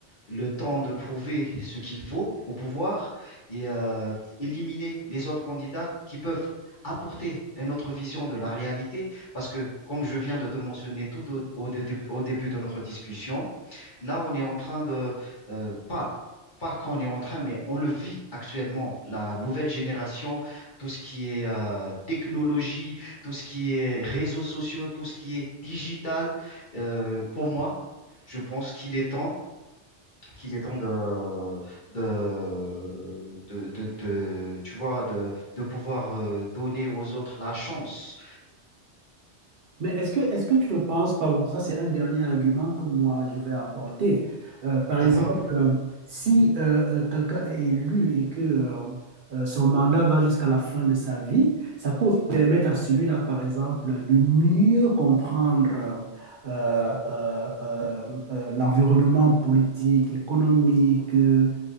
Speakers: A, on the left; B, on the right.
A: le temps de prouver ce qu'il vaut au pouvoir et euh, éliminer les autres candidats qui peuvent apporter une autre vision de la réalité. Parce que, comme je viens de te mentionner tout au, au dé- au début de notre discussion, là, on est en train de, euh, pas, pas qu'on est en train, mais on le vit actuellement, la nouvelle génération tout ce qui est euh, technologie, tout ce qui est réseaux sociaux, tout ce qui est digital. Euh, pour moi, je pense qu'il est temps, qu'il est temps de, de, de, de, de- tu vois, de, de pouvoir euh, donner aux autres la chance.
B: Mais est-ce que, est-ce que tu ne penses pas, bon, ça c'est un dernier argument que moi je vais apporter. Euh, par exemple,
A: Mhm,
B: euh, si euh, euh, quelqu'un est élu et que euh, euh, son mandat va jusqu'à la fin de sa vie, ça peut aussi permettre à celui-là, par exemple, de mieux comprendre euh, euh, euh, euh, l'environnement politique, économique, euh,